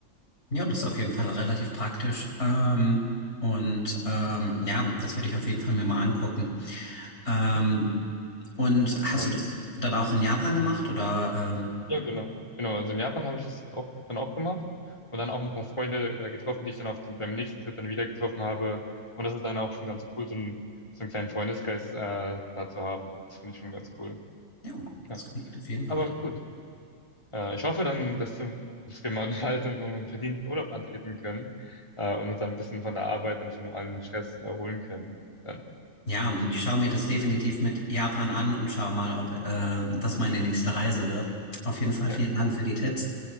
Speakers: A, on the left; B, on the left.
A: Ja, das ist auf jeden Fall relativ praktisch. Ähm, und ähm,
B: Ja,
A: ja, das werde ich auf jeden Fall mir mal angucken. Ähm,
B: ja.
A: und hast
B: dann,
A: du das dann auch in Japan gemacht oder? Ähm?
B: ja, genau. Genau, also in Japan habe ich das auch, dann auch gemacht und dann auch ein paar Freunde äh, getroffen, die ich dann auf dem, beim nächsten Trip dann wieder getroffen habe. Und das ist dann auch schon ganz cool, so, ein, so einen kleinen Freundeskreis äh, da zu haben. Das finde ich schon ganz cool.
A: Ja,
B: Ja,
A: das klingt auf jeden Fall
B: aber
A: richtig.
B: gut. Äh, ich hoffe dann, dass du, dass wir mal <laughs> bald in so einen verdienten Urlaub antreten können äh, und uns dann ein bisschen von der Arbeit und von allem Stress erholen können. Dann
A: Ja,
B: wünsche
A: und ich schaue mir das definitiv mit Japan an und schaue mal, ob äh, das meine
B: ich
A: nächste Reise wird. Auf jeden Fall
B: Ja,
A: vielen Dank
B: haben,
A: für die Tipps.